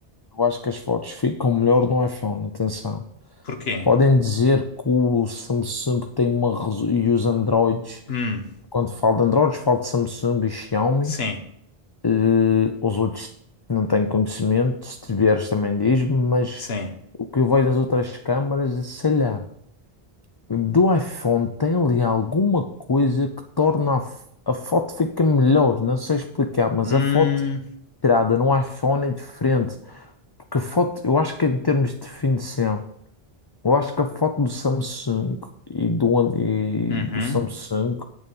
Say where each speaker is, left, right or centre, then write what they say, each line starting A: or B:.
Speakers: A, on the left; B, on the left.
A: eu acho que as fotos ficam melhor no iPhone, atenção.
B: Porquê?
A: Podem dizer que o Samsung tem uma resu- e os Androids,
B: Hum,
A: quando falo de Androids, falo de Samsung e Xiaomi.
B: sim,
A: Eh, os outros não tenho conhecimento, se tiveres também diz-me, mas
B: sim.
A: o que eu vejo nas outras câmaras, sei lá, do iPhone tem ali alguma coisa que torna a, f- a foto fica melhor, não sei explicar, mas
B: Hum,
A: a foto tirada no iPhone é diferente, porque a foto, eu acho que em termos de definição. Eu acho que a foto do Samsung e do, An- e
B: uhum,
A: do Samsung